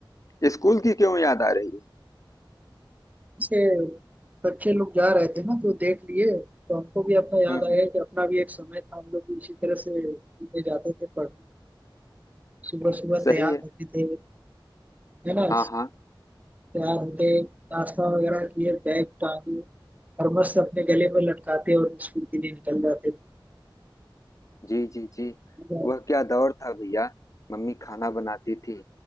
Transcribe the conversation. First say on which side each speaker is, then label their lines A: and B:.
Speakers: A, on the left; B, on the right.
A: स्कूल की क्यों याद आ रही है
B: से बच्चे लोग जा रहे थे ना तो देख लिए तो हमको भी अपना याद
A: हम्म
B: आया
A: हम्म
B: कि अपना भी एक समय था हम लोग भी इसी तरह से स्कूल में जाते थे पढ़ने सुबह सुबह
A: सही
B: तैयार
A: है
B: होते थे है ना
A: हाँ हाँ
B: तैयार होते नाश्ता वगैरह किए बैग टांगे और मस्त अपने गले में लटकाते और स्कूल के लिए निकल जाते थे
A: जी जी जी
B: हाँ,
A: वह क्या दौर था भैया मम्मी खाना बनाती थी